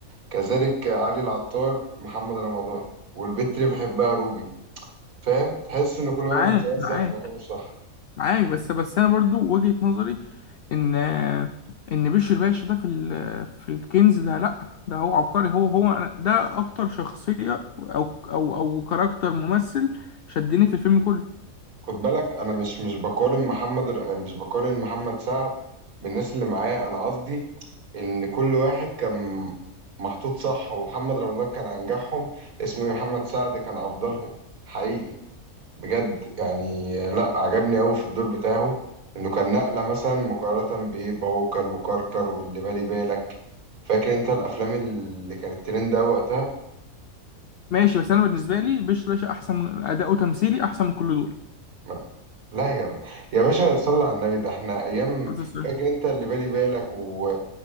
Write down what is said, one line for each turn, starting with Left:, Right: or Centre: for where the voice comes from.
Right: كذلك علي العطار محمد رمضان والبت اللي بحبها روبي فاهم تحس إن كل واحد
Left: معاك
Right: متوزع
Left: معاك
Right: في مكانه الصح
Left: معاك بس بس انا برضو وجهة نظري ان ان بشر باشا ده في ال- في الكنز ده لا ده هو عبقري هو هو أنا- ده اكتر شخصية او او او كاركتر ممثل شدني في الفيلم كله
Right: خد بالك أنا مش مش بقارن محمد ر- مش بقارن محمد سعد بالناس اللي معاه أنا قصدي إن كل واحد كان محطوط صح ومحمد رمضان كان أنجحهم اسمه إيه؟ محمد سعد كان أفضلهم حقيقي بجد يعني لا عجبني قوي في الدور بتاعه انه كان نقلة مثلا مقارنة بايه بعوكل وكركر واللي بالي بالك فاكر انت الافلام اللي كانت ترند قوي وقتها
Left: ماشي بس انا بالنسبة لي بشر باشا احسن من اداؤه تمثيلي احسن من كل دول
Right: من... لا يا باشا يا باشا صلى على النبي ده احنا ايام
Left: عبد السلام.
Right: فاكر انت اللي بالي بالك و...